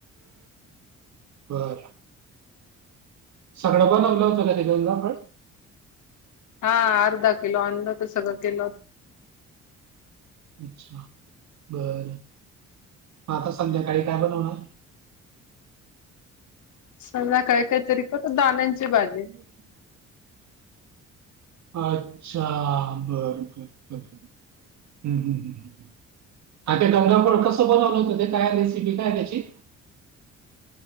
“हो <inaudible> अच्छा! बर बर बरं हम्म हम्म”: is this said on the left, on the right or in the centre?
Right